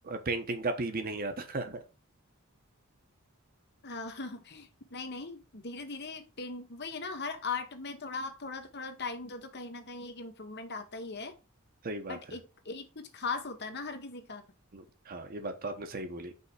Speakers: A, on the right; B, on the left.
A: पेंटिंग का पी भी नहीं आता
B: हाँ, <laughs> नहीं नहीं धीरे धीरे पेंट वही है ना हर आर्ट में थोड़ा आप थोड़ा थोड़ा टाइम दो तो कहीं ना कहीं एक इम्प्रूवमेंट आता ही है
A: <laughs> सही बात
B: बट
A: है
B: एक एक कुछ खास होता है ना हर किसी का
A: हम्म, हाँ ये बात तो आपने सही बोली